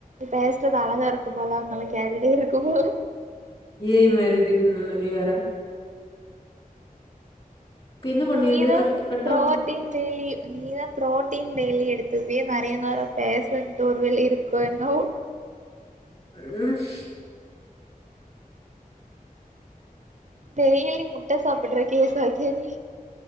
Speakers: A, on the right; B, on the left.
A: பேசறது அழகா இருக்குபோல அன்னால்ல கேட்டிட்டே இருக்கும்போல
B: ஏ ஐ மாரி இருக்குன்னல நீ வேற இப்ப என்ன பண்ணியது
A: நீதா
B: கட் கட்டாம்
A: ப்ரோட்டீன் டெய்லியும் நீதா ப்ரோட்டீன் டெய்லி எடுத் இப்டீயே நறய நேரோ பேசென்ட்டு ஒருவேல இருக்கோ என்னவோ
B: <unintelligible>
A: டெய்லி முட்ட சாப்பெட்றுக்கே பைத்தியோ நீ